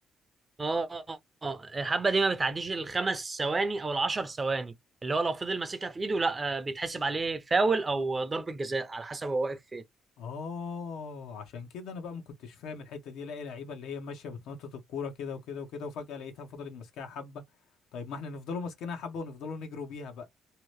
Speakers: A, on the right; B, on the left.
A: اه اه الحبه دي ما بتعديش الخمس ثواني او العشر ثواني اللي هو لو فضل ماسكها في ايده لا آه، بيتحسب عليه فاول او ضربه جزاء على حسب هو واقف فين
B: اه عشان كده انا بقى ما كنتش فاهم الحته دي الاقي لعيبه اللي هي ماشيه بتنطط الكوره كده وكده وكده وفجاه لقيتها فضلت ماسكاها حبه طيب ما احنا نفضلوا ماسكينها حبه ونفضلوا نجروا بيها بقى